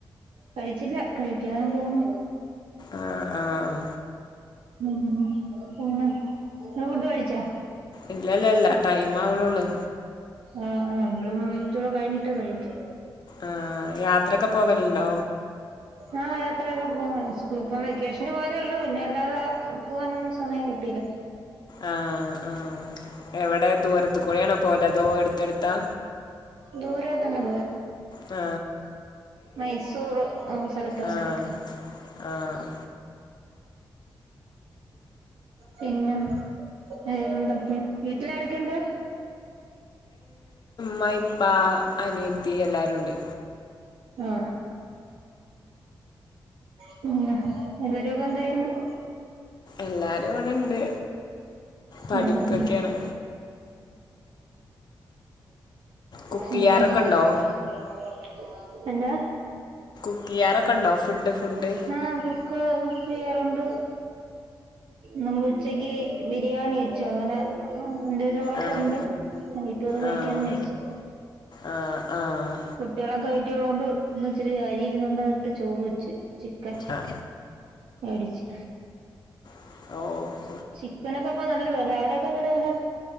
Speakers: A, on the right; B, on the left.
A: കഴിച്ചില്ല കഴിക്കാൻ പോവുന്നു
B: ആഹ് ആഹ്
A: ഉം പിന്നെ ഇങ്ങള് ഫുഡ് കഴിച്ചാ
B: ഇല്ലല്ലല്ല ടൈംമ് ആവ്ണോള്ളെ
A: ആ ആ <unintelligible> കഴിഞ്ട്ട് കഴിക്കും
B: ആ യാത്രൊക്കെ പോവൽണ്ടോ
A: ആ യാത്രയൊക്കെ പോവും സ്കൂ <unintelligible> വെക്കേഷന് പോയതെ ഒള്ളൂ പിന്നെ അല്ലാതെ പോകാനൊന്നും സമയം കിട്ടീല
B: ആ ആ എവിടെ ദൂരത്ത് കൂടെ ആണോ പോല് അതോ എട്ത്താ എട്ത്താ
A: ദൂരോട്ടെങ്ങും പോ
B: ആ
A: മൈസൂറ് സ്ഥലത്തൊക്കെ
B: ആഹ്
A: പോയി
B: ആഹ്
A: പിന്നെ വേറെന്തൊക്കെ വീട്ടില് ആരൊക്കെയുണ്ട്
B: മൈ പാ, അനിയത്തി, എല്ലാരും ഉണ്ട്
A: ങ ആ <unintelligible> ഉ <inaudible> എല്ല് രോഗം എന്തായന്ന്? <unintelligible>
B: എല്ലാരും ഇവിടെണ്ട് പഠിക്കൊക്കെയാണ്
A: ങ മ്
B: കുക്ക്
A: ഉം
B: ചെയ്യാറൊക്കെ
A: ഉം. <unintelligible>
B: ഉണ്ടോ
A: എന്താ?
B: കുക്ക് ചെയ്യാറൊക്കൊഒണ്ടോ? ഫുഡ് ഫുഡ്
A: ആ കു ക്ക് കുക്ക് ചെയ്യാറുണ്ട് നമ്മൾ ഉച്ചക്ക് ബിരിയാണി വെച്ചു അങ്ങനെ ഉണ്ട് ചോറൊക്കെ
B: ആഹ്
A: ഉണ്ട്, വീട്ടി വന്നു കഴിക്കാന്ന്
B: ആഹ്
A: വിചാരിച്ചു,
B: ആഹ് ആഹ്
A: കുട്ടികളൊക്കെ വീട്ടിലൊള്ളോണ്ട് ഇന്ന് ഇച്ചിരി അരി ഇരുന്നുണ്ടാ ഇട്ട് ചോറ് വച്ച്. <unintelligible> ക്കൻ
B: ആഹ്
A: മേടിച്ച്.
B: ഓ
A: ചിക്കനൊക്കെ ഇപ്പൊ <unintelligible> എങ്ങനെ പോന്ന് എന്ത?